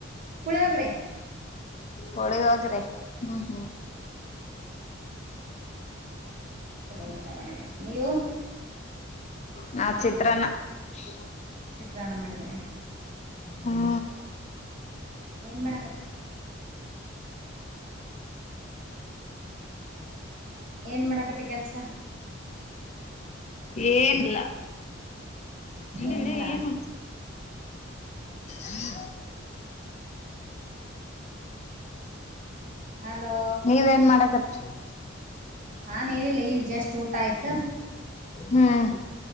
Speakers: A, on the right (about 40°); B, on the left (about 35°).
A: ಪುಳಿಯೋಗ್ರೆ
B: ಪುಳಿ ಹೊಗರೆ ಹ್ಮ್ ಹ್ಮ್
A: ಪುಳಿ ಹೊಗರೆ ಮಾಡಿನಿ ನೀವು
B: ನಾವು ಚಿತ್ರನ್ನ ಹ್ಮ
A: ಚಿತ್ರನ್ನ ಮಾಡಿದ್ರೆ
B: ಹಾ
A: ಏನ್ ಮಾಡಕತ್ತಿ ಏನ್ ಮಾಡಕತಿ ಕೆಲಸ
B: ಏನ್ ಇಲ್ಲ ಹ್ಮ್
A: ಏನಿಲ್ಲ
B: ಹ್ಮ್
A: ಹಲೋ
B: ನೀವೇನ್ ಮಾಡಕತ್ರಿ
A: ನಾನ ಏನ್ ಇಲ್ಲ ಈಗ ಜಸ್ಟ್ ಊಟ ಆಯ್ತು
B: ಹ್ಮ್